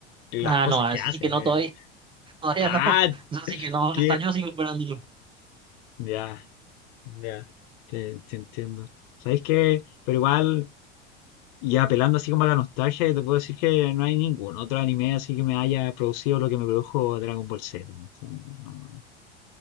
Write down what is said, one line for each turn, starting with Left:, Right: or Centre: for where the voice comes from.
Left: las
Right: Ah,
Left: cosas
Right: no, a
Left: que
Right: eso
Left: hace?
Right: sí que no,
Left: O sea,
Right: todavía, <laughs> todavía
Left: ah,
Right: no. Eso sí que no,
Left: que...
Right: hasta yo sigo esperándolo.
Left: Ya, ya, te, te entiendo. ¿Sabéis qué? Pero igual... Y apelando así como a la nostalgia, yo te puedo decir que no hay ningún otro anime así que me haya producido lo que me produjo Dragon Ball Z. ¿no? O sea, no-